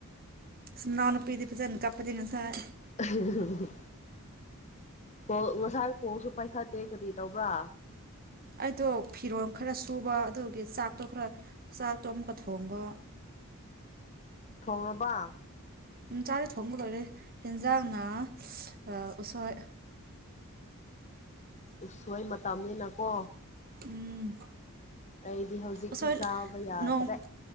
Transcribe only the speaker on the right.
ꯃꯅꯥꯎ ꯅꯨꯄꯤꯗꯤ ꯐꯖꯅ ꯀꯞꯄꯗꯤ ꯉꯁꯥꯏ
ꯑꯩꯗꯣ ꯐꯤꯔꯣꯜ ꯈꯔ ꯁꯨꯕ ꯑꯗꯨꯒꯤ ꯆꯥꯛꯇꯣ ꯈꯔ ꯆꯥꯛꯇꯣ ꯑꯃꯨꯛꯀ ꯊꯣꯡꯕ
ꯎꯝ ꯆꯥꯛꯗꯤ ꯊꯣꯡꯕ ꯂꯣꯏꯔꯦ ꯍꯦꯟꯖꯥꯡꯅ ꯑꯥ ꯎꯁꯣꯏ
ꯎꯝ
ꯎꯁꯣꯏ
ꯅꯣꯡ